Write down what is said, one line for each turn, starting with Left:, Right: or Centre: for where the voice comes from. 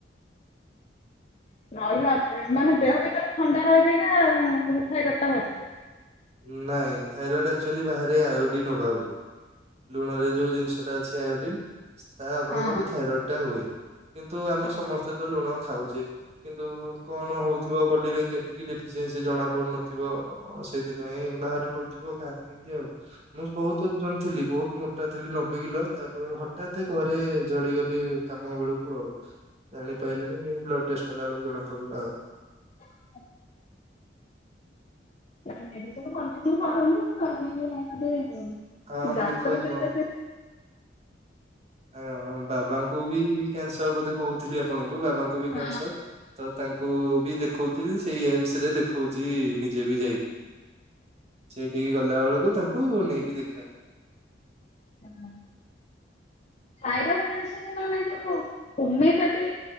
Left: <inaudible> ରହିଲା ପେ ମାନେ ଦେହ ଭିତରେ ଥଣ୍ଡା ରହି ରହିକା ଯୋଉ ଥାଇରଏଡ଼ଟା ଭାରି ପିଲା।
Right: ଉଁ ନାଇଁ ଥାଇରଏଡ଼ ଆକ୍ଚୁଆଲି ବାହାରେ ଆୟୋଡିନ୍ ଅଭାବରୁ। ଲୁଣରେ ଯୋଉ ଜିନିଷଟା ଅଛି ଆୟୋଡିନ୍ ତା ଅଭାବରୁ
Left: ହଁ
Right: ଥାଇରଏଡ଼ଟା ହୁଏ। କିନ୍ତୁ ଆମେ
Left: ହଁ।
Right: ସମସ୍ତେ ତ ଲୁଣ ଖାଉଚେ। କିନ୍ତୁ କଣ ହୋଉଥିବ ବଡି଼ରେ କେତିକି ଡିଫିସିଏନ୍ସି ଜଣାପଡ଼ୁନଥିବ ସେଇଥି ପାଇଁ ବାହାରିପଡ଼ୁଥିବ କାହାର କେମତି ଆଉ ମୁଁ ବୋହୁତ ଓଜନ ଥିଲି ବୋହୁ ମୋଟା ଥିଲି ନବେ କିଲ ତାପ ହଟାତେ ଘରେ ଝଡି଼ଗଲି କାମ ବେଳୁକୁ ଆଉ। ଜାଣି ପାଇଲିନି ବ୍ଲଡ଼୍ ଟେଷ୍ଟ୍ କଲା ଅଳୁକୁ ଜଣା ପଡ଼ିଲା ଆଉ।
Left: <unintelligible> ଏ ଏବେ ସବୁ କଣ୍ଟିନ୍ୟୁ କରନ୍ତୁ। ଏ ନର୍ମାଲି ମ ଆଦେ
Right: ହଁ ମୁଁ
Left: ଡାକ୍ତର
Right: ଦେଖଉଛି
Left: ଫେର
Right: କଣ
Left: ତ ଫେର
Right: ଆ ବାବାଙ୍କୁ ବି କ୍ୟାନସର୍ ବୋଧେ କହୁଥିଲି ଆପଣ ଉ ବାବାଙ୍କୁ ବି
Left: ହଁ
Right: କ୍ୟାନସର୍ ତ ତାଙ୍କୁ ବି ଦେଖଉଥୁଲି ସେଇ ଏମ୍ସ ରେ ଦେଖଉଚି ନିଜେ ବି ଯାଇ। ସେଇଠିକି ଗଲା ଅଳୁକୁ ତାଙ୍କୁ ନେଇକି ଦେ
Left: ତା ହୁଁ। ଥାଇରଏଡ଼ ମେଡ଼ିସିନ୍ ନହେନେ ଯୋଉ ହୋମେପାତି